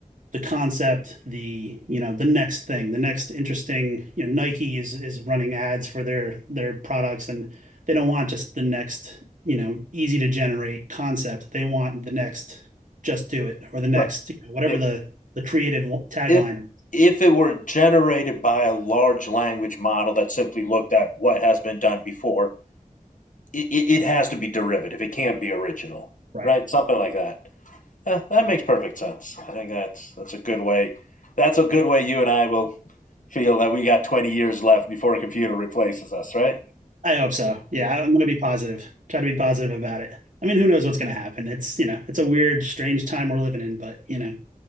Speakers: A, on the right; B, on the left.
A: the concept, the you know the next thing, the next interesting. You know, Nike is is running ads for their their products, and they don't want just the next you know easy to generate concept. They want the next just do it or the next
B: Right
A: you know, whatever
B: If
A: the the creative tagline.
B: if
A: is.
B: if it were generated by a large language model that simply looked at what has been done before, it, it, has to be derivative. It can't be original,
A: Right.
B: right? Something like that. Yeah, that makes perfect sense. I think that's that's a good way. That's a good way you and I will feel that we got 20 years left before a computer replaces us, right?
A: I hope so. Yeah, I'm going to be positive. Try to be positive about it. I mean, who knows what's going to happen? It's you know, it's a weird, strange time we're living in, but you know,